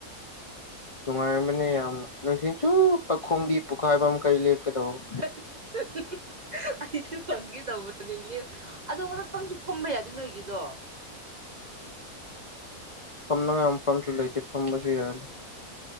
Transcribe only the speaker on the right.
<unintelligible> ꯑꯩꯁꯨ ꯐꯪꯒꯦ ꯇꯧꯕꯅꯦ ꯂꯞ ꯑꯗꯣ ꯉꯥꯏꯍꯥꯛꯇꯪꯁꯨ ꯐꯝꯕ ꯌꯥꯗꯦ ꯅꯣꯏꯒꯤꯗꯣ